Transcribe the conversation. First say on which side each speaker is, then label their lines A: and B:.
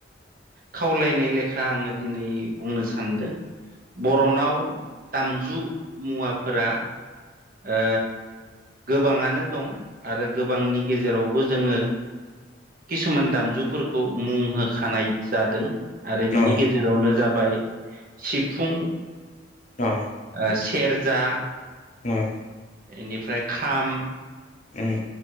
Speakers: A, on the right (about 45°); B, on the left (about 40°).
A: खावलायनाय लेखा आङो दिनै बुंनो सानदों। बर'नाव दामजु मुवाफोरा ओ गोबाङानो दं आरो गोबांनि गेजेरावबो जोङो किसुमान दामजुफोरखौ मुं होखानाय जादों। आरो
B: अ
A: बिनि गेजेरावनो जाबाय सिफुं
B: औ
A: ओ सेरजा
B: नं
A: बेनिफ्राय खाम
B: उम